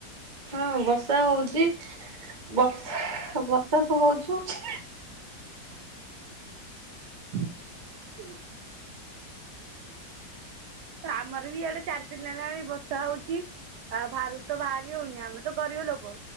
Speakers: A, on the right; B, on the right.
A: ହଁ ବର୍ଷା ହୋଉଛି ବର୍ଷା ବର୍ଷା ତ ହୋଉଛି।
B: <unintelligible> ତ ଆମର ବି ଇଆଡେ ଚାରି ଦିନ ହେଲାଣି ବର୍ଷା ହୋଉଛି। ଆଉ ବାହାରକୁ ତ ବାହାରି ହଉନି ଆମେ ତ ଗରିବ ଲୋକ